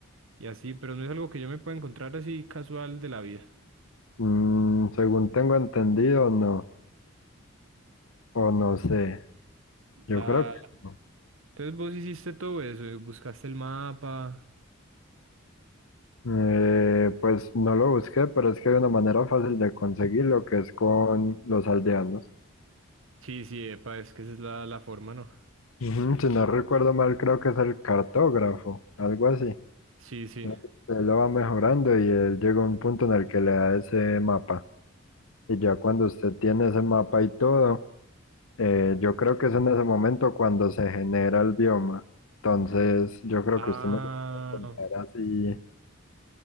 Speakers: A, on the right; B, on the left.
A: y así, pero no es algo que yo me pueda encontrar así casual de la vida.
B: Mm, según tengo entendido, no, o no sé, yo
A: Ah,
B: creo que no.
A: entonces vos hiciste todo eso, y buscaste el mapa.
B: Eh, pues no lo busqué, pero es que hay una manera fácil de conseguirlo que es con los aldeanos.
A: Sí, sí, epa, es que esa es la, la forma, ¿no?
B: Ujú, si no recuerdo mal, creo que es el cartógrafo, algo así.
A: Sí, sí.
B: Usted lo va mejorando y él llega a un punto en el que le da ese mapa. Y ya cuando usted tiene ese mapa y todo, eh, yo creo que es en ese momento cuando se genera el bioma. Entonces, yo creo
A: Ah,
B: que usted no se puede encontrar así.